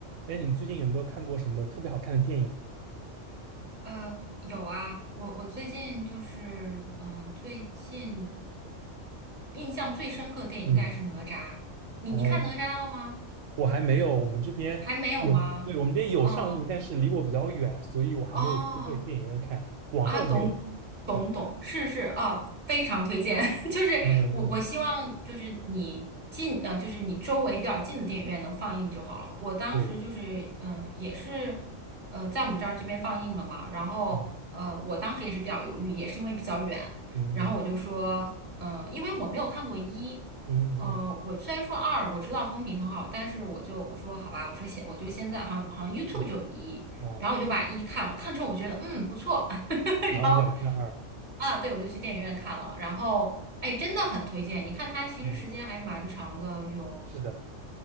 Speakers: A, on the right; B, on the right.
A: 哎，你最近有没有看过什么特别好看的电影？
B: 呃，有啊，我我最近就是，嗯，最近印象最深刻的电影应该是哪吒。
A: 嗯，
B: 你你看哪吒了吗？
A: 然后嗯我还没有，我们这边有，
B: 还没有吗？
A: 对，我们这边有上映，
B: 哦
A: 但是离我比较远，所以我还没有机会去电影院看，
B: 哦
A: 网上没有。
B: 啊，懂懂懂，
A: 对，
B: 是是啊，非常推荐。<laughs> 就是我我希望就是你近呃，
A: 嗯嗯，
B: 就是你周围比较近的电影院能放映就好了。我当时就是嗯、
A: 对，
B: 呃也是呃，在我们这儿这边放映了嘛，然后呃，
A: 嗯
B: 我当时也是比较犹豫，也是因为比较远，
A: 嗯嗯
B: 然后我就说，嗯、因为我没有看过一。
A: 嗯嗯嗯，
B: 呃，我虽然说二我知道风评很好，但是我就我说好吧，我说现我就现在好像好像 YouTube
A: 试一下
B: 就有一，
A: 啊，
B: 然后我就把一看了，看之后我觉得嗯不错，<laughs>
A: 然后就想看二，
B: 然后啊，对，我就去电影院看了。然后，哎，真的很推荐。你看它其实时间还蛮长的，
A: 嗯，
B: 有
A: 是的，